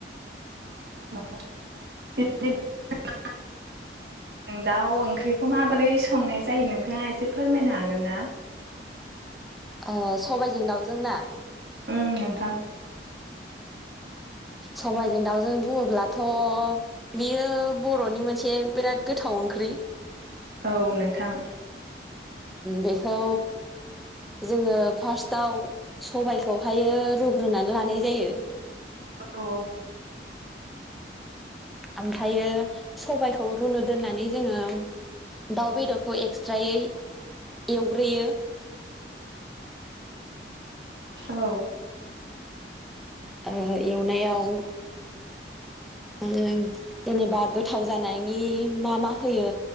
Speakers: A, on the right; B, in the centre.
A: <unintelligible> दाउ ओंख्रिखौ माबोरै संनाय जायो नोंथाङा एसे फोरमायनो हागोन ना?
B: अ सबायजों दाउजोंना
A: ओम नोंथां
B: सबायजों दाउजों बुङोब्लाथ' बेयो बर'नि मोनसे बिराद गोथाव ओंख्रि।
A: औ नोंथां।
B: बेखौ जोङो फार्स्टआव सबायाइखौहायो रुग्रोनानै लानाय जायो।
A: औ।
B: ओमफ्राय सबायाइखौ रुनो दोननानै जोङो दाउ बेदरखौ एक्सट्रायै एवग्रोयो।
A: औ।
B: ओ एवनायाव जेनेबा गोथाव जानायनि मा मा होयो